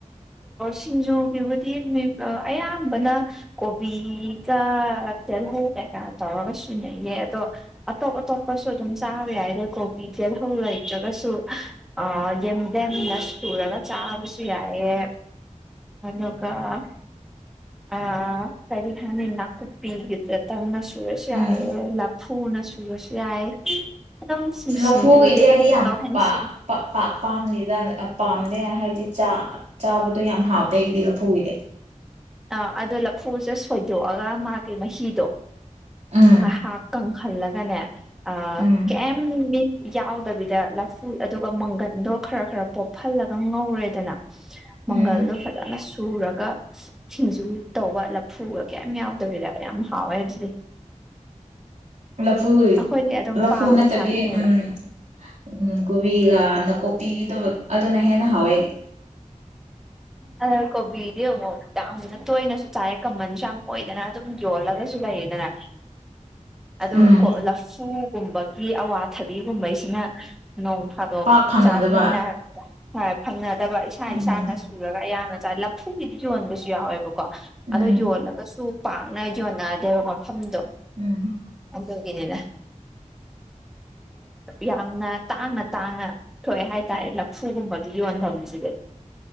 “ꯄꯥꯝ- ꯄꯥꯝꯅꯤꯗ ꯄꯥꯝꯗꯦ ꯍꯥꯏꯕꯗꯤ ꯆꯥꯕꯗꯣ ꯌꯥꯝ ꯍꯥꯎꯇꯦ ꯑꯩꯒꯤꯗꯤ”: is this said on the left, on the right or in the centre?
Right